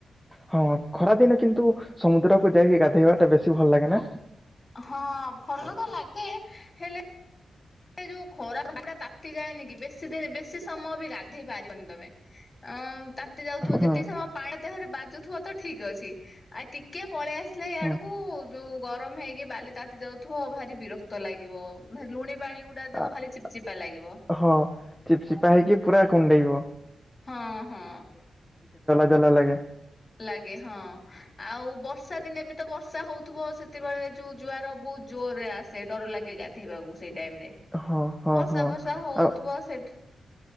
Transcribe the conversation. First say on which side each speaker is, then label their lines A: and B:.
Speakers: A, in the centre; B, on the left.
A: ହଁ ଖରାଦିନେ କିନ୍ତୁ ସମୁଦ୍ରକୁ ଯାଇକି ଗାଧେଇବା ଟା ବେଶୀ ଭଲ ଲାଗେ ନା
B: ହଁ ଭଲ ତ ଲାଗେ ହେଲେ ସେ ଯୋଉ ଖରା ପଟା ତାତି ଯାଏନି କି ବେଶୀ ଦି ବେଶୀ ସମୟ ବି ଗାଧେଇ ପାରିବନି ତମେ ଅଁ ତାତି ଯାଉଥିବ
A: ହୁଁ
B: ଯେତିକି ସମୟ ପାଣି ଦେହରେ ବାଜୁଥିବ ତ ଠିକ ଅଛି ଆଉ ଟିକେ ପଳେଇ ଆସିଲେ ଇଆଡକୁ
A: ହୁଁ
B: ଯୋଉ ଗରମ ହେଇକି ବାଲି ତାତି ଯାଉଥିବ ଭାରି ବିରକ୍ତ ଲାଗିବ ଲୁଣି ପାଣି ଗୁଡା ଦେହ
A: <unintelligible>
B: ଖାଲି ଚିପଚିପା ଲାଗିବ
A: ହଁ ଚିପଚିପା ହେଇକି ପୁରା କୁଣ୍ଡେଇବ
B: ହଁ ହଁ
A: ଭଲ ଲାଗେ
B: ଲାଗେ ହଁ ଆଉ ବର୍ଷା ଦିନେ ବି ତ ବର୍ଷା ହଉଥିବ ସେତେବେଳେ ଯୋଉ ଜୁଆର ବହୁତ ଜୋରରେ ଆସେ ଡର ଲାଗେ ଗାଧୋଇବାକୁ ସେଇ ଟାଇରେ
A: ହଁ ହଁ
B: ବର୍ଷା
A: ହଁ
B: ବର୍ଷା ହଉଥିବ
A: ଆଉ
B: ସେ